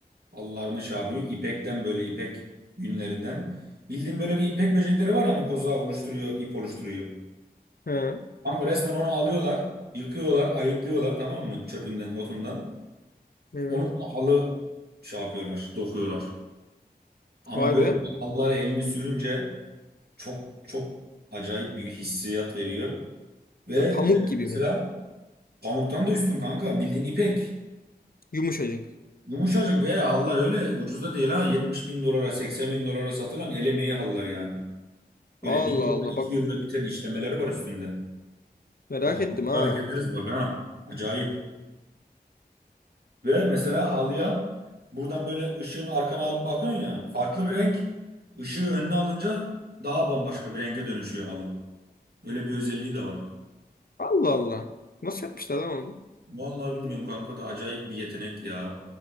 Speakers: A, on the right; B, on the left.
A: halılarını şey yapıyor. İpekten böyle ipek yünlerinden. Bildiğin böyle bir ipek böcekleri var yani koza oluşturuyor, ip oluşturuyor.
B: He,
A: Kanka resmen onu alıyorlar, yıkıyorlar, ayıtlıyorlar tamam mı? Çöpünden, otundan.
B: evet.
A: Onunla halı şey yapıyorlar, dokuyorlar. Ama
B: Vay
A: böyle
B: be.
A: halılar elini sürünce çok çok acayip bir hissiyat veriyor. Ve e,
B: Ve pamuk gibi
A: mesela
B: mi?
A: pamuktan da üstün kanka bildiğin ipek.
B: Yumuşacık.
A: Yumuşacık ve hallar öyle ucuz da değil ha 70 bin dolara 80 bin dolara satılan el emeği hallar yani.
B: Allah
A: Böyle bir yılda
B: Allah
A: iki
B: bak
A: yılda biten işlemeleri var üstünde.
B: merak
A: O halıları
B: ettim ha.
A: gezeriz bak ha acayip. Ve mesela halıya buradan böyle ışığın arkana alıp bakıyorsun ya farklı bir renk. Işığı önüne alınca daha bambaşka bir renge dönüşüyor halı. Öyle bir özelliği de var.
B: Allah Allah. Nasıl yapmışlar lan onu?
A: Vallahi bilmiyorum kanka da acayip bir yetenek ya.